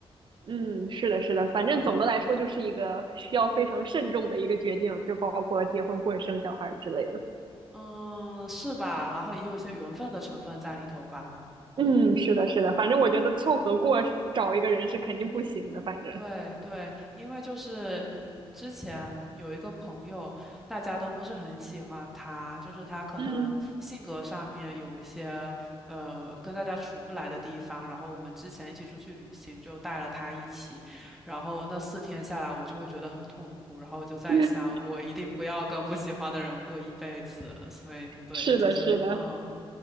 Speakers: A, on the right; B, in the centre.
A: 嗯，是的，是的，反正总的来说就是一个需要非常慎重的一个决定，
B: 嗯
A: 就包括结婚或者生小孩儿之类的。
B: 嗯，是吧？然后也有一些缘分的成分在里头吧。
A: 嗯，是的，是的，反正我觉得凑合过找一个人是肯定不行的，反正，
B: 对对，因为就是嗯，之前有一个朋友，大家都不是很喜欢他，就是他可能性格上面有一些呃跟大家处不来的地方。
A: 嗯，
B: 然后我们之前一起出去旅行，就带了他一起，然后那四天下来，我就会觉得很痛苦。然后我就在想，
A: <laughs>
B: 我一定不要跟不喜欢的人过一辈子。所以对，
A: 是的，
B: 就是嗯，
A: 是的，